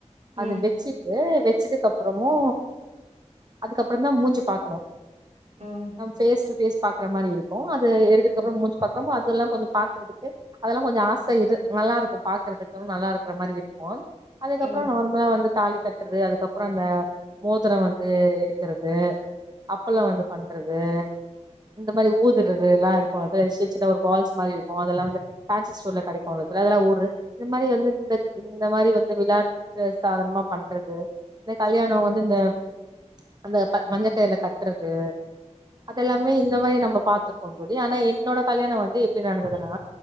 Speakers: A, on the right; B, on the right.
A: ம்
B: அத
A: ம்
B: வெச்சிட்டு வெச் வச்சிதுக்கப்புறமு அதுக்கப் அப்புறந்தா மூஞ்சிய பாக்கணும்
A: ம் ம் ம்
B: அவுங்க ஃபேஸ் டூ ஃபேஸ் பாக்குற மாரி இருக்கும் அந் இது எடுத்ததுக்கப்புறோ
A: ம்
B: மூஞ்சு பாக்குறோமோ அது இதெல்லா கொஞ்ச பாக்குறதுக்கு அதெல்லா கொஞ்சம் ஆச இது நல்லா இருக்கும் பாக்குறதுக்கு ஆனா நல்லா இருக் வர்ற மாரி இருக்கும் அதுக்கப்புறோ
A: ம் ம்
B: நார்மலா வந்து தாலி கட்றது அதுக்கப்புற அந்த மோதிரோ வந்து எடுக் ருக்கிறது அப்பளம் வந்து பண்றது இந்த மாரி ஊது இதுதல்லா இருக்கும் அது சின்ன சின்ன ஒரு பால்ஸ் மாரி இருக்கும் அதெல்லா வந்து ஃபேன்சி ஸ்டோர்ல கெடைக்கும் <unintelligible> இது மாரி வந்து இந்த மாரி வந்து விளாட்டு சாதகமா பண்றது இந்த கல்யாணோ
A: ம் ம்
B: வந்து இந்த அந்த ப மஞ்ச கயிறுல கட்டுறது அதெல்லாமே இந்த மாரி நம்ம பாத்துருக்கோ தோழி ஆனா என்னோட கல்யாணோ வந்து எப்டி நடந்ததுன்னா